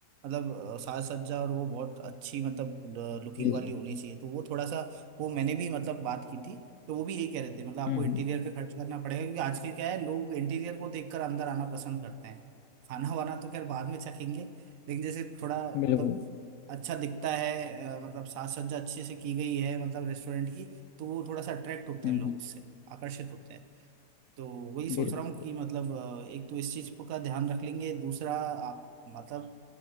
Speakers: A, on the right; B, on the left.
A: मतलब अ, साज सज्जा और वो बहुत अच्छी मतलब लुकिंग
B: जी
A: वाली
B: जी
A: होनी चाहिए तो वो थोड़ा सा वो मैंने भी मतलब बात की थी तो वो भी यही कह रहे थे मतलब आपको
B: हम्म
A: इंटीरियर
B: हम्म,
A: पे खर्च करना पड़ेगा क्योंकि आजकल क्या है लोग इंटीरियर को देखकर अंदर आना पसंद करते हैं खाना वाना तो खैर बाद में चखेंगे लेकिन जैसे थोड़ा
B: बिल्कुल
A: मतलब अच्छा दिखता है अ, मतलब साज सज्जा अच्छे से की गई है मतलब रेस्टोरेंट की तो वो थोड़ा सा अट्रैक्ट होते
B: हम्म
A: हैं लोग
B: हम्म,
A: उससे आकर्षित होते हैं तो वही सोच
B: बिल्कुल
A: रहा हूँ
B: बिल्कुल
A: कि मतलब अ, एक तो इस चीज का ध्यान रख लेंगे दूसरा आप मतलब